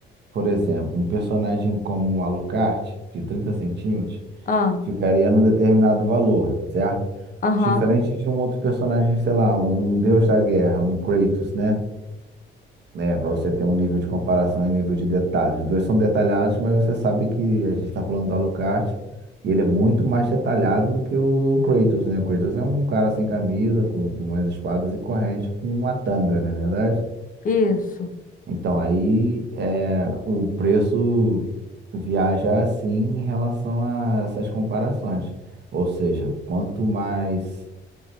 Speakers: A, on the right (about 60°); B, on the left (about 45°).
A: Por exemplo, um personagem como o Alucard, de 30 centímetros,
B: Ah,
A: ficaria num determinado valor, certo?
B: aham,
A: Diferente de um outro personagem, sei lá, um deus da guerra, um Kratos, né? né, para você ter um nível de comparação e nível de detalhes. Os dois são detalhados, mas você sabe que a gente está falando do Alucard e ele é muito mais detalhado do que o Kratos, né? O Kratos é um cara sem camisa, com, com umas espadas e corrente, com uma tanga, não é verdade?
B: isso.
A: Então aí é, o preço viaja assim em relação a essas comparações. Ou seja, quanto mais